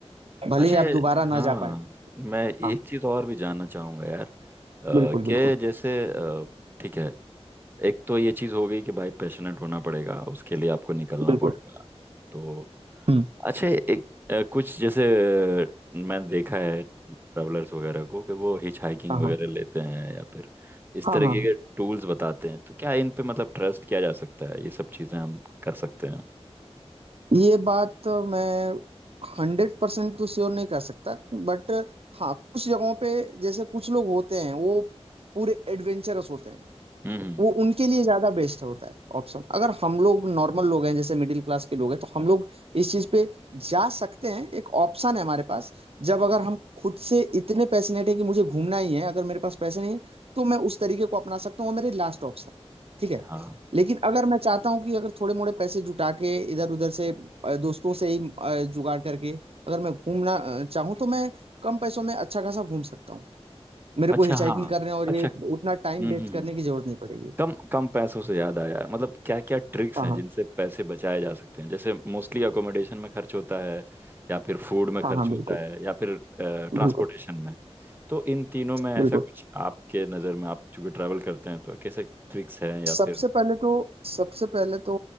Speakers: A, on the right; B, on the right.
A: हैं भले
B: अच्छा
A: ही आप
B: ये-
A: दोबारा ना
B: हाँ
A: जा पाए
B: मैं एक
A: हाँ
B: चीज़ और भी जानना चाहूँगा यार अ,
A: बिल्कुल बिल्कुल
B: कि जैसे अ, ठीक है एक तो ये चीज़ हो गई कि भाई पैशनेट होना पड़ेगा उसके लिए आपको निकलना
A: बिल्कुल
B: पड़ेगा तो
A: हम्म
B: अच्छा एक अ, कुछ जैसे अ, मैंने देखा है ट्रैवलर्स वगैरह को कि वो हिच हाइकिंग
A: हाँ
B: वगैरह
A: हाँ
B: लेते हैं या फिर इस
A: हाँ
B: तरह
A: हाँ
B: के
A: हाँ।
B: अगर टूल्स बताते हैं तो क्या इन पे मतलब ट्रस्ट किया जा सकता है ये सब चीज़ें हम कर सकते हैं
A: ये बात तो मैं हंड्रेड परसेंट तो श्योर नहीं कर सकता बट हाँ कुछ जगहों पे जैसे कुछ लोग होते हैं वो पूरे एडवेंचरस होते हैं
B: हम्म हम्म,
A: वो उनके लिए ज्यादा बेस्ट होता है ऑप्शन अगर हम लोग नॉर्मल लोग हैं जैसे मिडिल क्लास के लोग हैं तो हम लोग इस चीज पे जा सकते हैं एक ऑप्शन है हमारे पास जब अगर हम खुद से इतने पैशनेट है कि मुझे घूमना ही है अगर मेरे पास पैसे नहीं है तो मैं उस तरीके को अपना सकता हूँ वो मेरे लास्ट ऑप्शन ठीक है
B: हाँ
A: लेकिन अगर मैं चाहता हूँ कि अगर थोड़े मोड़े पैसे जुटा के इधर उधर से अ, दोस्तों से ही अ, जुगाड़ करके अगर मैं घूमना अ, चाहूँ तो मैं कम पैसों में अच्छा खासा घूम सकता हूँ मेरे
B: अच्छा
A: को हिचाइकिंग
B: हाँ
A: करने और
B: अच्छा
A: ये उतना
B: हम्म
A: टाइम वेस्ट
B: हम्म
A: करने
B: हम्म।
A: की जरूरत नहीं पड़ेगी
B: कम कम पैसों से याद आया मतलब क्या क्या ट्रिक्स
A: हाँ
B: हैं
A: हाँ
B: जिनसे पैसे बचाए जा सकते हैं जैसे मोस्टली अकोमोडेशन में खर्च होता है या फिर फूड में खर्च
A: हाँ हाँ बिल्कुल
B: होता है या फिर ट्रांसपोर्टेशन
A: बिल्कुल
B: में तो इन तीनों में ऐसा
A: बिल्कुल
B: कुछ आपके नज़र में आप चूंकि ट्रैवल करते हैं तो कैसे ट्रिक्स हैं या
A: सबसे
B: फिर
A: पहले तो सबसे पहले तो